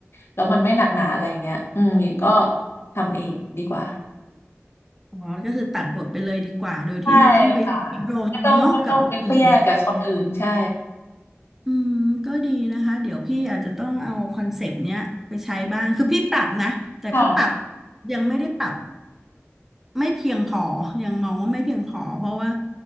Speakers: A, on the left; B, in the centre.
A: แล้วมันไม่หนักหนาอะไรอย่างเงี้ยอืมหญิงก็ทำเองดีกว่า
B: อ๋อก็คือตัดบทไปเลยดีกว่าโดยที่ไม่ต้องไป
A: ใช่ค่ะ
B: รมเนาะกับสิ่ง
A: ไม่ต้องไม่ต้องไปเครียดกับคนอื่นใช่
B: อืมก็ดีนะคะเดี๋ยวพี่อาจจะต้องเอาคอนเซปต์เนี้ยไปใช้บ้างคือพี่ปรับนะแต่ก็ปรับ
A: ค่ะ
B: ยังไม่ได้ปรับไม่เพียงพอยังมองว่าไม่เพียงพอเพราะว่า